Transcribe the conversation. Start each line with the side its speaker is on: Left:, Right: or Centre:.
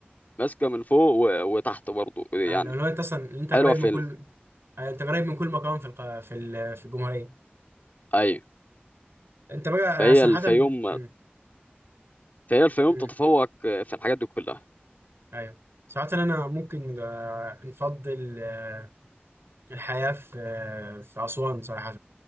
Left: ماسكه من فوق و... وتحت برضو يعني
Right: الاولويات اصلا ان انت قريب
Left: حلوه في
Right: من كل
Left: ال...
Right: آه، انت قريب من كل مكان في الق... في ال... في الجمهوريه
Left: ايوه
Right: انت بقى انا
Left: فهي
Right: صراحه
Left: الفيوم
Right: مم.
Left: فهي الفيوم
Right: مم.
Left: تتفوق في الحاجات دي كلها
Right: ايوه صراحه انا ممكن آه، نفضل آه، الحياه في آه، في اسوان صراحه